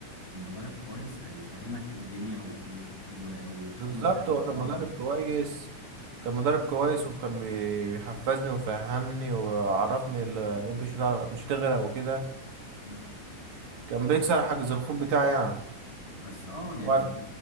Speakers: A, on the left; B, on the right.
A: ومدرب كويس هيفهمك إيه الدنيا و... وت... و... وتعوم
B: بالظبط
A: ازاي
B: هو
A: على
B: كان
A: ظهرك
B: مدرب كويس كان مدرب كويس وكان بي- بيحفزني وفهمني وعرفني ال- ان انت مش هتعرف- مش هتغرق وكده
A: آه.
B: كان بيكسر حاجز الخوف بتاعي يعني
A: بس اه يعني
B: وبعد